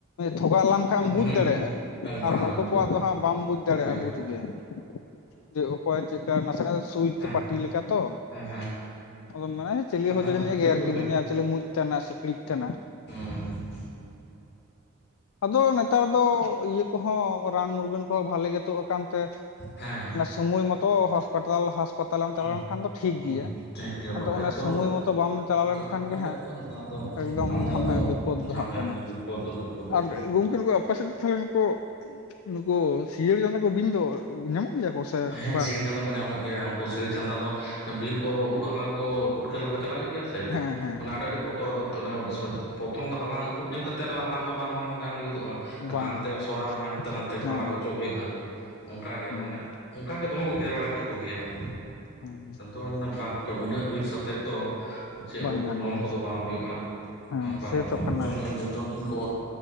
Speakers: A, on the left; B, on the left.
A: ᱛᱷᱚᱜᱟᱜ ᱞᱟᱢ ᱠᱷᱟᱢ ᱮᱢᱚ
B: ᱦᱩᱸ
A: ᱵᱩᱡᱽ ᱫᱟᱲᱮᱭᱟᱜᱼᱟ
B: ᱦᱩᱸ
A: ᱟᱨ
B: ᱵᱟᱝ
A: ᱱᱩᱠᱩ
B: ᱱᱩᱝᱠᱩ
A: ᱠᱚᱣᱟᱜ ᱫᱚ ᱦᱟᱸᱜ ᱵᱟᱢ ᱵᱩᱡᱽ ᱫᱟᱲᱮᱭᱟᱜᱼᱟ
B: ᱦᱳᱭ
A: ᱵᱩᱡ ᱜᱮ ᱾ ᱡᱮ ᱚᱠᱚᱭ ᱪᱮᱫᱠᱟ ᱱᱟᱥᱮᱱᱟᱜ ᱥᱩᱭ
B: ᱦᱮᱸ
A: ᱛᱮ ᱯᱟᱹ ᱴᱤ ᱞᱮᱠᱟ ᱛᱚ
B: ᱦᱮᱸ
A: ᱟᱫᱚᱢ ᱢᱮᱱᱟ ᱪᱮᱞᱮ
B: ᱦᱮᱸ
A: ᱦᱚᱭᱛᱳ
B: ᱦᱮᱸ
A: ᱡᱟᱹᱱᱤᱡ ᱜᱮᱨ ᱠᱤᱫᱤᱧᱟ ᱪᱮᱞᱮ ᱢᱩᱡ ᱛᱟᱱᱟᱜ ᱥᱤᱠᱬᱤᱡ ᱛᱟᱱᱟᱜ,
B: ᱦᱮᱸ ᱦᱮᱸ
A: ᱟᱫᱚ ᱱᱮᱛᱟᱨ ᱫᱚ ᱤᱭᱟᱹ ᱠᱚᱦᱚᱸ ᱨᱟᱱ ᱢᱩᱨᱜᱟᱹᱱ ᱠᱚᱦᱚᱸ ᱵᱷᱟᱞᱮ ᱜᱮ ᱛᱳᱜ ᱟᱠᱟᱱ ᱛᱮ
B: ᱦᱮᱸ
A: ᱥᱳᱢᱚᱭ ᱢᱚᱛᱚ ᱦᱚᱥᱯᱮᱴᱮᱞ ᱦᱟᱥ ᱯᱟᱛᱟᱞᱮᱢ ᱪᱟᱞᱟᱣ
B: ᱦᱩᱸ
A: ᱞᱮᱱᱠᱷᱟᱱ ᱫᱚ ᱴᱷᱤᱠ
B: ᱦᱩᱸ
A: ᱜᱮᱭᱟ
B: ᱴᱷᱤᱠ ᱜᱮᱭᱟ
A: ᱟᱫᱚ
B: ᱵᱟᱠᱷᱟᱡ
A: ᱚᱱᱮ
B: ᱫᱚ
A: ᱥᱚᱢᱚᱭ ᱢᱚᱛᱚ ᱵᱟᱢ ᱪᱟᱞᱟᱣ ᱞᱮᱱᱠᱷᱟᱱ
B: ᱪᱟᱹᱞᱩ ᱞᱮᱠᱷᱟᱡ
A: ᱜᱮ ᱦᱟᱸᱜ
B: ᱫᱚ ᱟᱫᱚ
A: ᱮᱠᱫᱚᱢ
B: ᱟᱢᱫᱟ
A: ᱡᱷᱟᱢᱮ
B: ᱫᱚ
A: ᱵᱤᱯᱚᱫ ᱫᱚᱦᱟᱸᱜ
B: ᱡᱷᱟᱢᱮᱞ
A: ᱠᱟᱱᱟ
B: ᱵᱤᱯᱚᱫ ᱫᱚ ᱵᱤᱯᱚᱫ ᱜᱮᱭᱟ
A: ᱟᱨ ᱜᱚᱝᱠᱮ <unintelligible> ᱯᱟᱥᱮᱫ ᱛᱟᱦᱚᱞᱮ ᱱᱩᱠᱩ ᱱᱩᱠᱩ ᱥᱤᱭᱟᱹᱲ ᱪᱟᱸᱫᱟ ᱠᱚ ᱵᱤᱧ ᱫᱚ ᱧᱟᱢᱚᱜ ᱜᱮᱭᱟ ᱠᱚ? ᱥᱮ
B: ᱦᱮᱸ
A: ᱵᱟᱝ?
B: ᱥᱤᱭᱟᱹᱲ ᱪᱟᱸᱫᱟ ᱠᱚ ᱧᱟᱢᱚᱜ ᱜᱮᱭᱟ ᱩᱱᱠᱩ ᱥᱤᱭᱟᱹᱲ ᱪᱟᱸᱫᱟ ᱫᱚ ᱵᱤᱨ ᱠᱚ ᱩᱫ ᱦᱟᱞᱟᱝ ᱠᱚ ᱯᱩᱴᱠᱟᱹ ᱦᱟᱞᱟᱝ ᱠᱚ ᱪᱟᱞᱟᱣ ᱦᱩᱭᱩᱜ ᱜᱮᱭᱟ ᱥᱮ
A: ᱦᱮᱸ ᱦᱮᱸ
B: ᱟᱹᱰᱤ ᱟᱹᱰᱤ ᱵᱚᱛ ᱩᱚᱨᱚᱨ <unintelligible> ᱯᱨᱚᱛᱷᱚᱢ ᱫᱚ ᱦᱟᱞᱟᱝ ᱩᱫ ᱧᱮᱞ ᱠᱟᱛᱮ ᱨᱮᱦᱚᱸ ᱦᱟᱞᱟᱝ ᱫᱚ ᱵᱟᱝ ᱵᱚᱱ ᱜᱟᱱ <unintelligible> <unintelligible>
A: ᱵᱟᱝ
B: ᱰᱟᱝ ᱛᱮ
A: ᱵᱟᱝ
B: ᱥᱚᱨᱟᱭ ᱢᱮ ᱦᱟᱱᱛᱮ ᱱᱟᱛᱮ
A: ᱦᱮᱸ
B: ᱯᱟᱞᱟᱠᱚ ᱚᱪᱚᱜ ᱦᱩᱭᱩᱜᱼᱟ ᱚᱱᱠᱟᱜᱮ
A: ᱦᱮᱸ
B: ᱢᱟᱱᱮ ᱚᱱᱠᱟ ᱜᱮ ᱫᱚᱢᱮ ᱠᱚ ᱜᱮᱨ ᱵᱟᱲᱟ ᱠᱮᱜ ᱠᱚᱜᱮᱭᱟ ᱦᱮᱸ
A: ᱦᱮᱸ
B: ᱟᱫᱚ <unintelligible> ᱵᱟᱝ ᱩᱱᱟᱹᱜ ᱨᱤᱥ ᱟᱛᱮᱫ ᱫᱚ
A: ᱵᱟᱝ
B: ᱩᱫ
A: ᱜᱟᱱᱚᱜᱼᱟ
B: ᱞᱚᱢ ᱠᱚᱫᱚ ᱵᱟᱝ ᱦᱩᱭᱩᱜᱼᱟ
A: ᱦᱮᱸ
B: ᱵᱟᱝ
A: ᱥᱮᱛᱚ
B: ᱜᱟᱱᱚᱜᱼᱟ
A: ᱠᱟᱱᱟ
B: ᱵᱚᱪᱚᱱ ᱡᱚᱱᱚᱜ ᱤᱧ ᱠᱚ